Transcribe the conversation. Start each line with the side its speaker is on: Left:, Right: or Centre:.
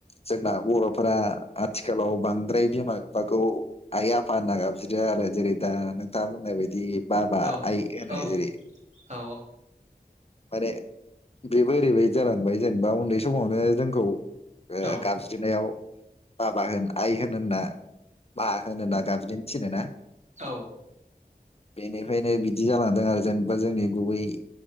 Left: जोंना बर'फोरा आथिखालाव बांद्राय बिमा बिफाखौ आइ आफा होनना गाबज्रियो आरो जेरै दा नोंथाङा बुंनाय बायदि बाबा
Right: औ
Left: आइ होनो
Right: औ
Left: जेरै
Right: औ
Left: माने बेबो ओरैबायदि जालांबाय जेनेबा उन्दै समावनो जों खौ। ओ
Right: औ
Left: गाबज्रिनायआव बाबा होन आइ होन होनना मा होनना गाबज्रिनो थिनो ना।
Right: औ।
Left: बेनिफ्रायनो बिदि जालांदों आरो जेनेबा जोंनि गुबै